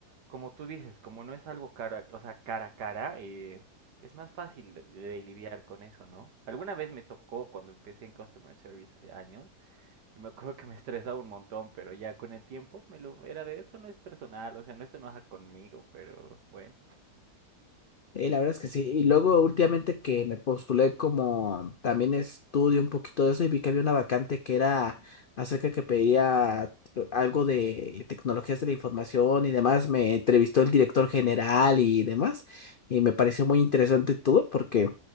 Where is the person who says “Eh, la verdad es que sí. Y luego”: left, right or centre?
Left